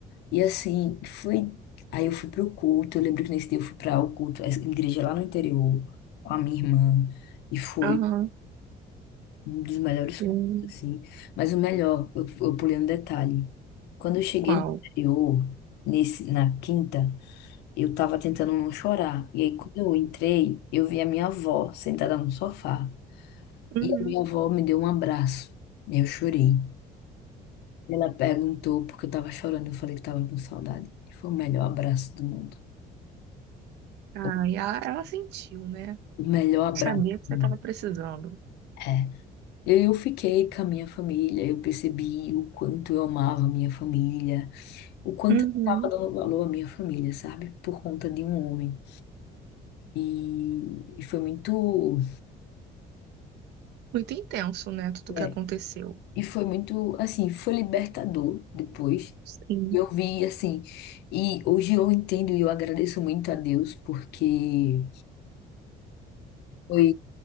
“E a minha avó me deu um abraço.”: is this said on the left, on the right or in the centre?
Left